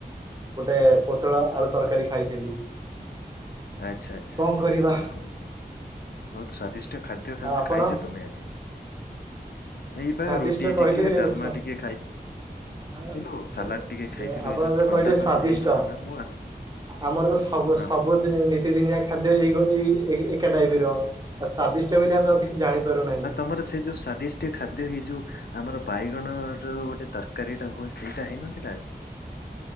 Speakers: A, on the right; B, on the left.
A: ଗୋଟେ ପୋଟଳ ଆଳୁ ତରକାରୀ ଖାଇଥିଲି।
B: ଆଚ୍ଛା, ଆଚ୍ଛା,
A: କଣ
B: ଆଚ୍ଛା,
A: କରିବା
B: ଓହୋ, ବହୁତ ସ୍ଵାଦିଷ୍ଟ ଷ୍ଟ ଖାଦ୍ୟ ତାହାଲେ
A: ଆପଣ
B: ଖାଇଛ ତୁମେ ଆଜି। ଏଇ ବା
A: ସ୍ୱାଦିଷ୍ଟ
B: ରୁଟି
A: କହିଲେ
B: ଟିକେ
A: ସ
B: ଡାଲମା ଟିକେ
A: ହ
B: ଖାଇଥିଲୁ ସାଲାଡ ଟିକେ
A: ଶୁଆ
B: ଖାଇଥିଲୁ
A: ଆପଣଙ୍କ
B: ଏଇ ଯୋଉ
A: ଜଉ
B: ଥଣ୍ଡା
A: କହିଲେ ସ୍ଵାଦିଷ୍ଟ
B: ପାଗ ହେଇଗଲା ନା ମୁଁ ଆ
A: ଆମର ତ ସବୁ,
B: ହଁ
A: ସବୁ
B: ହଁ
A: ନିତିଦିନିଆ, ଖାଦ୍ୟ ଏଇ, ଏଇ, ଏକା ଟାଇପ ର। ଆ ସ୍ଵାଦିଷ୍ଟ ବୋଲି ଆମେ ଆଉ କିଛି ଜାଣିପାରୁନାହିଁ।
B: ଆମର ସେ ଯଉ ସ୍ଵାଦିଷ୍ଟି ଖାଦ୍ୟ ହେଇ ଯେଉଁ ଆମର ବାଇଗଣର ଗୋଟେ ତରକାରୀଟା ହୁଏ, ସେଇଟା ହେଇନଥିଲା ଆଜି।